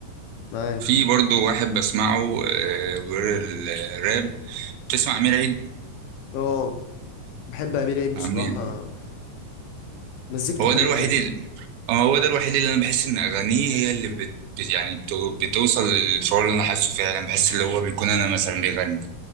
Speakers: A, on the left; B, on the right.
A: معاه
B: في برضو واحد بسمعه آه، غير الراب بتسمع أمير عيد
A: أه بحب أمير عيد بصراحة
B: أمير
A: مزيكته
B: هو
A: حلوة
B: ده الوحيد
A: يعني
B: اه هو ده الوحيد اللي انا بحس ان اغانيه هي اللي بت بت- يعني بتو- بتوصل للشعور اللي انا حاسه فعلا بحس اللي هو بيكون انا مثلا بيغني